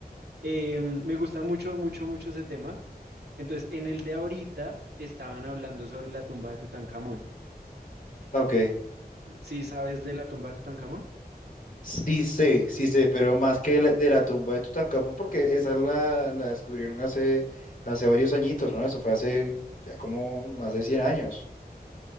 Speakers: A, on the right (about 80°); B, on the left (about 55°).
A: Eh, me gusta mucho, mucho, mucho ese tema. Entonces, en el de ahorita estaban hablando sobre la tumba de Tutankamón.
B: Ok.
A: Sí sabes de la tumba de Tutankamón,
B: Sí sé, sí sé, pero más que la- de la tumba de Tutankamón, porque esa la, la descubrieron hace, hace varios añitos, ¿no? Eso fue hace ya como más de 100 años.